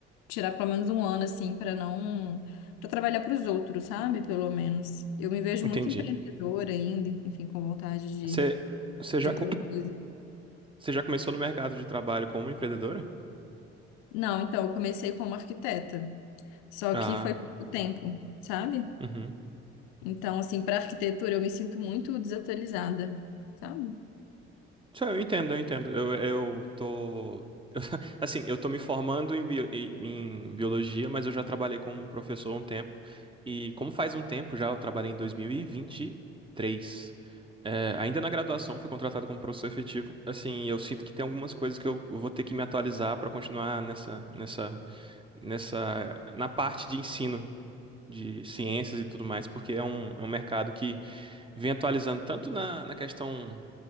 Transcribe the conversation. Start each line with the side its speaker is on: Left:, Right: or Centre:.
Left: tirar pelo menos um ano assim para não para trabalhar para os outros, sabe? Pelo menos. Eu me vejo
Right: Entendi.
Left: muito empreendedora ainda, enfim, com vontade de,
Right: Você Você
Left: de
Right: já,
Left: ter uma coisa.
Right: Você já começou no mercado de trabalho como empreendedora?
Left: Não, então, eu comecei como arquiteta, só
Right: Ah,
Left: que foi pouco tempo, sabe?
Right: uhum.
Left: Então, assim, para arquitetura eu me sinto muito desatualizada, sabe?
Right: Isso, Eu entendo, eu entendo. Eu, eu tô. <laughs> Assim, eu tô me formando em, bio- em em biologia, mas eu já trabalhei como professor há um tempo. E como faz um tempo já, eu trabalhei em 2023. É, ainda na graduação, fui contratado como professor efetivo. Assim, eu sinto que tem algumas coisas que eu vou ter que me atualizar para continuar nessa, nessa, nessa, na parte de ensino de ciências e tudo mais, porque é um, é um mercado que vem atualizando tanto na, na questão